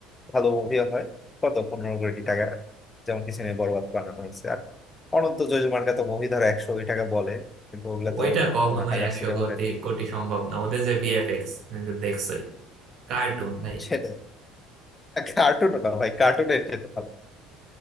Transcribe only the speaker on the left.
ভালো মুভি হয় কত পনেরো কোটি টাকা যেমন পিছনে বরবাদ বানানো হয়েছে আর অনন্ত যোজমার তো মুভি ধরো একশো কোটি টাকা বলে কিন্তু ওগুলা
তো
কোনো টাকার
সিটে
ওঠে না।
সেটাই কার্টুন না ভাই কার্টুনের যেতে ভালো